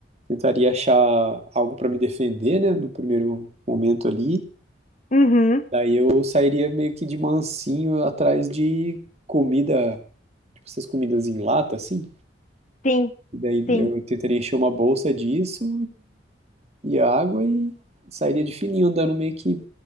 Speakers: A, on the right; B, on the left.
A: tentaria achar algo pra me defender, né, no primeiro momento ali.
B: Uhum,
A: Daí eu sairia meio que de mansinho atrás de comida, tipo essas comidas em lata, assim.
B: sim,
A: E daí
B: sim.
A: eu tentaria encher uma bolsa disso e, e água e sairia de fininho andando meio que